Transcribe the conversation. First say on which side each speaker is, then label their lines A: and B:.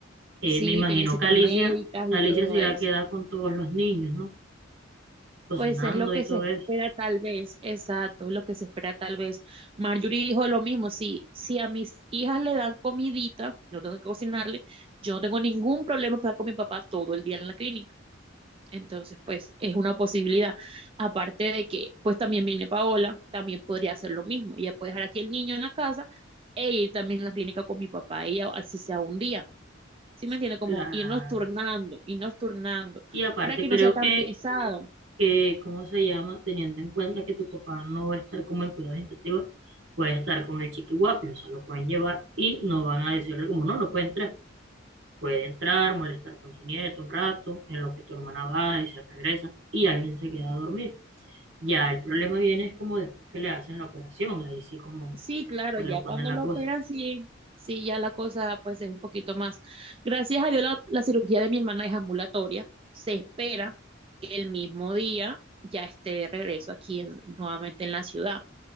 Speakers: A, on the right (about 65°); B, on the right (about 30°).
A: Eh,
B: Sí,
A: me imagino
B: tiene citas
A: que Alicia,
B: médicas
A: Alicia
B: y todo
A: será
B: eso.
A: queda con todos los niños, ¿no? Cocinando
B: Pues es lo que
A: y todo
B: se espera
A: eso.
B: tal vez, exacto, es lo que se espera tal vez. Marjorie dijo lo mismo, si, si a mis hijas le dan comidita, no tengo que cocinarle, yo no tengo ningún problema para estar con mi papá todo el día en la clínica. Entonces, pues es una posibilidad. Aparte de que, pues también viene Paola, también podría hacer lo mismo. Ella puede dejar aquí el niño en la casa e ir también a la clínica con mi papá, ella, así sea un día. ¿Sí
A: Sí,
B: me entiende? Como
A: claro.
B: irnos turnando, irnos turnando,
A: Y aparte
B: para que
A: creo
B: no sea tan
A: que,
B: pesado.
A: que, ¿cómo se llama? Teniendo en cuenta que tu papá no va a estar como en cuidados intensivos, puede estar con el chiquihuapi, o sea, lo pueden llevar y no van a decirle como no, no puede entrar. Puede entrar, molestar con su nieto un rato, en lo que tu hermana va y se regresa y alguien se queda a dormir. Ya el problema viene es como después que le hacen la operación, ahí sí como
B: Sí, claro,
A: pues,
B: ya
A: le ponen
B: cuando
A: la
B: lo
A: cosa.
B: operan, sí, sí, ya la cosa pues es un poquito más. Gracias a Dios la, la cirugía de mi hermana es ambulatoria. Se espera que el mismo día ya esté de regreso aquí en- nuevamente en la ciudad.